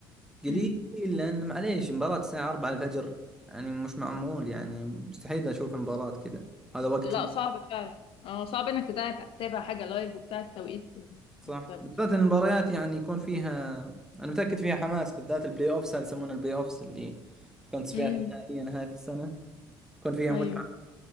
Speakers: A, in the centre; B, on the left.
A: قليل
B: امم
A: لأن معليش مباراة الساعة 4 الفجر يعني مش معمول يعني مستحيل أشوف المباراة كذا هذا وقت
B: لا
A: م-
B: صعب فعلا اه صعب انك تتابع تتابع حاجه لايف وبتاع التوقيت
A: صح
B: مختلف
A: بالذات إن المباريات يعني يكون فيها أنا متأكد فيها حماس بالذات البلاي أوفس هذا يسمونه البلاي أوفس اللي تكون تصفيات
B: امم
A: نهائية نهاية السنة يكون فيها
B: ايوه
A: متعة